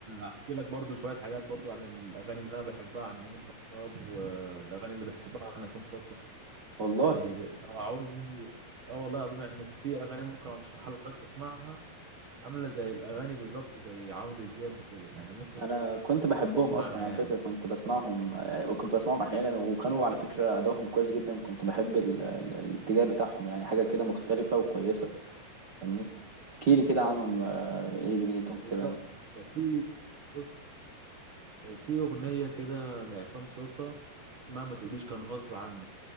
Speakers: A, on the right (about 80°); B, on the right (about 50°).
A: احكي لك برضو شويه حاجات برضو عن الاغاني اللي انا بحبها عن امين خطاب والاغاني اللي بحبها عن عصام صاصا
B: والله
A: يعني لو عاوزني اه والله العظيم يعني في اغاني ممكن ارشحها لك تسمعها عاملة زي الأغاني بالظبط زي عمرو دياب وكده يعني ممكن
B: انا كنت بحبهم
A: تسمعها
B: اصلا
A: يعني
B: على فكره كنت بسمعهم آه، كنت بسمعهم احيانا وكانوا على فكره ادائهم كويس جدا كنت بحب ال- ال- الاتجاه بتاعهم يعني حاجه كده مختلفه وكويسه فاهمني احكي لي كده عنهم آه، ايه دنيتهم كده
A: بالظبط كانت في بص كانت في أغنية كده لعصام صوصة اسمها ما تقوليش كان غصب عنك